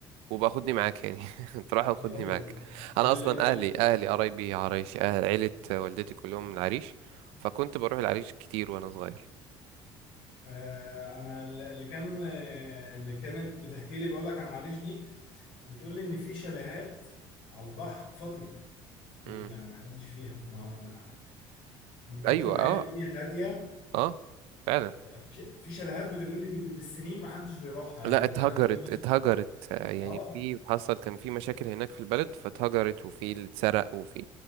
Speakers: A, on the right (about 85°); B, on the left (about 70°).
A: وبقى خدني معاك يعني <laughs> تروح وخدني
B: يلا
A: معاك
B: بينا ال
A: انا اصلا
B: ال
A: اهلي اهلي قرايبي عرايش أهل عيلة والدتي كلهم من العريش فكنت بروح العريش كتير وانا صغير
B: آه انا ال- اللي كان آه اللي كانت بتحكي لي بقول لك عن العريش دي بتقول لي ان في شاليهات على البحر فاضيه ما-
A: امم
B: يعني ما حدش فيها ما ما من كتر
A: ايوه
B: ما
A: اه
B: هي الدنيا هاديه
A: اه فعلا
B: في ش- في شاليهات بتقول لي بال- بالسنين ما حدش بيروحها يعني
A: لا اتهجرت
B: ثلاث سنين مثلا
A: اتهجرت آه، يعني
B: اه
A: في حصل كان في مشاكل هناك في البلد فاتهجرت وفي اللي اتسرق وفي